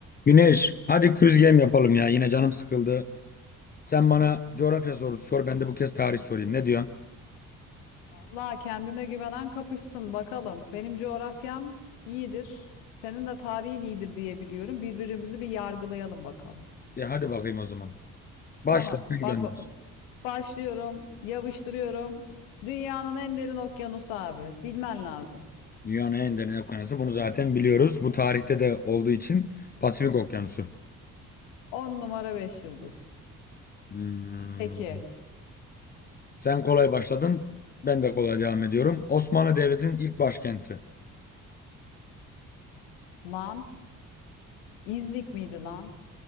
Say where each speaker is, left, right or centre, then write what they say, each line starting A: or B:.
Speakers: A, on the left; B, on the left.
A: Güneş, hadi quiz game yapalım ya. Yine canım sıkıldı. Sen bana coğrafya sorusu sor, ben de bu kez tarih sorayım. Ne diyorsun?
B: Vallahi kendine güvenen kapışsın bakalım. Benim coğrafyam iyidir. Senin de tarihin iyidir diye biliyorum. Birbirimizi bir yargılayalım bakalım.
A: Ya hadi bakayım o zaman. Başla,
B: Tamam.
A: sen
B: Bak,
A: gönder.
B: bak başlıyorum. Yapıştırıyorum. Dünyanın en derin okyanusu abi. Bilmen lazım.
A: Dünyanın en derin okyanusu. Bunu zaten biliyoruz. Bu tarihte de olduğu için Pasifik Okyanusu.
B: 10 numara 5 yıldız.
A: Hmm.
B: Peki.
A: Sen kolay başladın. Ben de kolay devam ediyorum. Osmanlı Devleti'nin ilk başkenti.
B: Lan. İznik miydi lan?